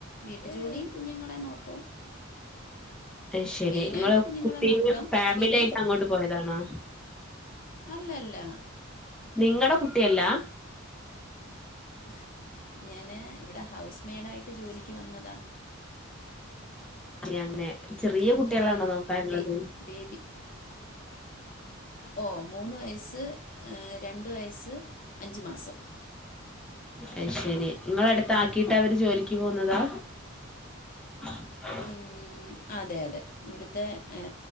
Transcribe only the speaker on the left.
വീട്ടു ജോലീം കുഞ്ഞുങ്ങളെ നോട്ടോം
മെയിനായിട്ട്
കുഞ്ഞുങ്ങളെ
നോട്ടം
പിന്നെ
അല്ലല്ല
എഹ് ഞാന് ഇവിടെ ഹൗസ് മെയ്ഡ് ആയിട്ട് ജോലിക്ക് വന്നതാ
കുഞ്ഞുങ്ങളെ
ബേ ബേബി ഓ മൂന്ന് വയസ്സ് എ രണ്ട് വയസ്സ് അഞ്ച് മാസം
ഉം അതെ അതെ ഇവിടുത്തെ എ